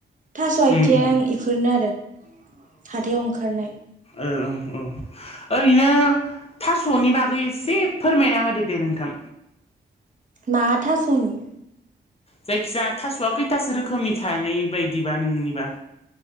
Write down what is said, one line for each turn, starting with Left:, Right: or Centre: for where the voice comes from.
Right: थास' आयथें
Left: उम उम
Right: इफोरनो आरो। हाथायाव ओंखारनाय
Left: ओ ओं‌ औ। ओरैनो थास'नि‍‍‌‌ बागै एसे फोरमायना होदो दे नोंथां।
Right: मा थासनि?
Left: जायखिजा थास'आ खैथासो रोखोमनि थानाय बायदिबा नोंनिबा?